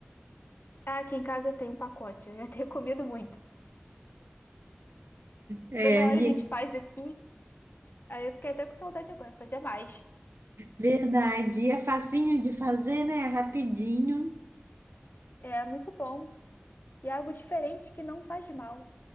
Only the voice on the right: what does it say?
É,
e-
verdade. E é facinho de fazer, né? É Rapidinho.